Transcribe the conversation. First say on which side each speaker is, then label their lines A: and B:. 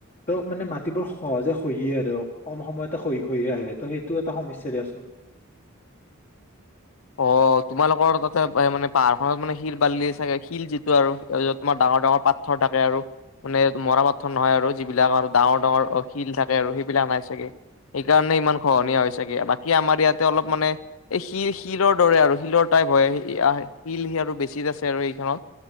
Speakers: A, on the left (about 35°); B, on the left (about 70°).
A: ত' মানে, মাটিবোৰ সহজে খহিয়ে আৰু। কম সময়তে খহি, খহিয়ে আহে। ত' সেইটো এটা সমস্যা দিয়াচোন!
B: অ'! তোমালোকৰ তাতে মানে, পাহাৰখনত মানে, শিল-বালি চাগে, শিল যিটো আৰু তোমাৰ য'ত, ডাঙৰ-ডাঙৰ পা <unintelligible> মানে, মৰা পাথৰ নহয় আৰু যিবিলাক আৰু ডাঙৰ- ডাঙৰ শিল থাকে আৰু সেইবিলাক নাই চাগে। সেইকাৰণে, ইমান খহনীয়া হৈ চাগে! বাকী, আমাৰ ইয়াতে অলপ মানে, এই শি শিলৰ দৰে আৰু শিলৰ টাইপ হয়, শিল আৰু বেছিত আছে আৰু সেইখনত।